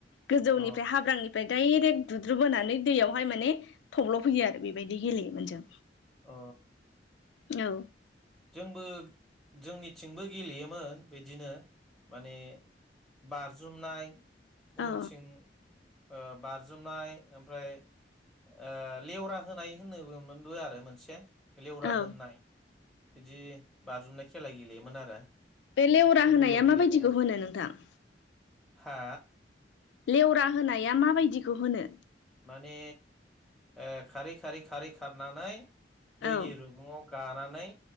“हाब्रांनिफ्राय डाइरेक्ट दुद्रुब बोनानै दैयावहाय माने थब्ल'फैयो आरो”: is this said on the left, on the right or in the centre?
Left